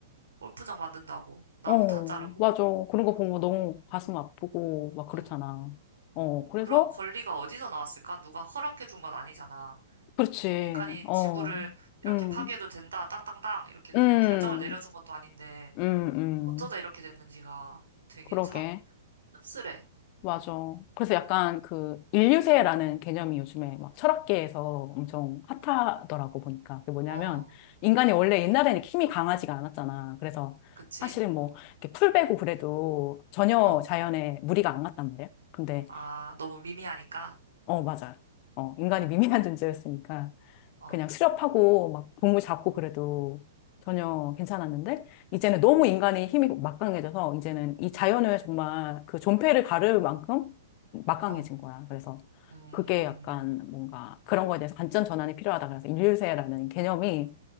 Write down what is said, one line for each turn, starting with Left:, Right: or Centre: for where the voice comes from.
Right: 골프장 만든다고 나무
Left: 어,
Right: 다 자르고.
Left: 맞아. 그런 거 보면 너무 가슴 아프고 막 그렇잖아.
Right: 응.
Left: 어, 그래서
Right: 그런 권리가 어디서 나왔을까? 누가 허락해 준 건 아니잖아.
Left: 그렇지.
Right: 뭐 인간이
Left: 어.
Right: 지구를 이렇게
Left: 음.
Right: 파괴해도 된다, 땅땅땅 이렇게 누가
Left: 음.
Right: 결정을 내려준 것도 아닌데
Left: 음. 음.
Right: 어쩌다 이렇게 됐는지가 되게
Left: 그러게.
Right: 참 씁쓸해.
Left: 맞아. 그래서 약간
Right: 응.
Left: 그 인류세라는 개념이 요즘에 막 철학계에서 엄청 핫하더라고 보니까. 그게 뭐냐면
Right: 어, 어,
Left: 인간이 원래 옛날에는 이렇게 힘이 강하지가 않았잖아. 그래서
Right: 그치?
Left: 사실은 뭐 이렇게 풀 베고 그래도 전혀
Right: 어.
Left: 자연에 무리가 안 갔단 말이야. 근데
Right: 아, 너무 미미하니까.
Left: 어, 맞아. 어, 인간이
Right: 어,
Left: 미미한 존재였으니까.
Right: 어,
Left: 그냥 수렵하고 막 동물 잡고
Right: 어,
Left: 그래도 전혀 괜찮았는데 이제는 너무
Right: 음,
Left: 인간이 힘이 막강해져서 이제는 이 자연을
Right: 어,
Left: 정말 그 존폐를 가를 만큼 막강해진
Right: 어,
Left: 거야. 그래서
Right: 음,
Left: 그게 약간 뭔가 그런 거에 대해서 관점 전환이 필요하다. 그래서 인류세라는 개념이